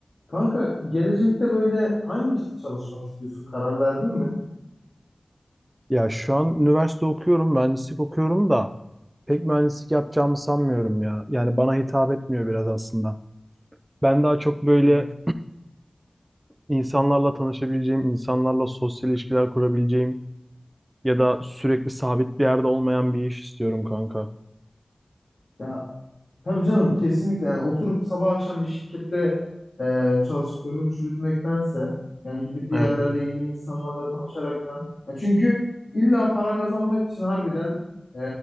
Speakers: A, on the left; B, on the right.
A: Kanka gelecekte böyle hangi işte çalışmak istiyorsun? Karar verdin mi?
B: Ya şu an üniversite okuyorum, mühendislik okuyorum da pek mühendislik yapacağımı sanmıyorum ya. Yani bana hitap etmiyor biraz aslında. Ben daha çok böyle
A: Yani
B: <clears throat> insanlarla tanışabileceğim, insanlarla sosyal ilişkiler kurabileceğim ya da sürekli sabit bir yerde olmayan bir iş istiyorum kanka.
A: Ya Tabii canım kesinlikle yani oturup sabah akşam bir şirkette e, çalışıp ömür çürütmektense yani gidip bir
B: Evet,
A: yerlerde
B: evet.
A: yeni insanlarla tanışaraktan ya çünkü illa para kazanmak için harbiden e,